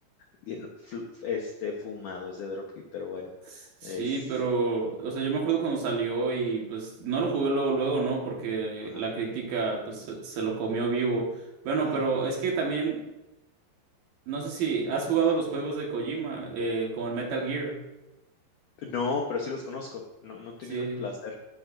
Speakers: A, on the left (about 70°); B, on the right (about 60°).
A: bien flu este, fumado ese dropkick, pero bueno,
B: Sí,
A: es
B: pero, o sea, yo me acuerdo cuando salió y pues no lo jugué luego, luego, ¿no? Porque
A: ajá.
B: la crítica pues se, se lo comió vivo. Bueno,
A: Ah,
B: pero es que también, no sé si has jugado los juegos de Kojima, eh, como el Metal Gear.
A: no, pero sí los conozco, no no he tenido
B: Sí.
A: el placer.